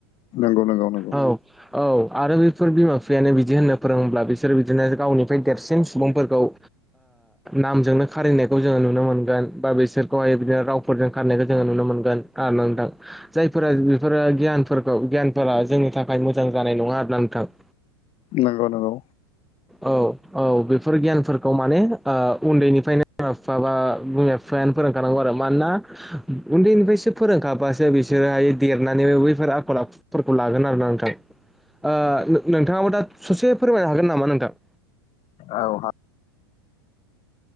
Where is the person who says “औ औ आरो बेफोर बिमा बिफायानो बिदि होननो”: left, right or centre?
Centre